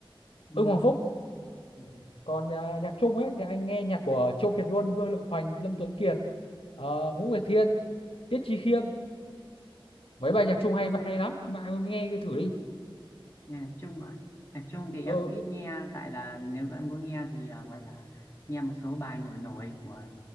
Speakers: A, on the left; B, on the left.
A: Ừ.
B: Ưng Hoàng Phúc
A: Ừ.
B: còn ờ, nhạc Trung ấy thì anh nghe nhạc của Châu Kiệt Luân Vương Lực Hoành Lâm Tuấn Kiệt ờ, Ngũ Nguyệt Thiên Tiết Chi Khiêm mấy bài nhạc Trung hay hay lắm mà em nghe cái thử đi
A: Nhạc Trung ạ. Nhạc Trung thì
B: ừ,
A: em cũng ít nghe tại là nếu em có nghe thì à, gọi là nghe một số bài nổi nổi của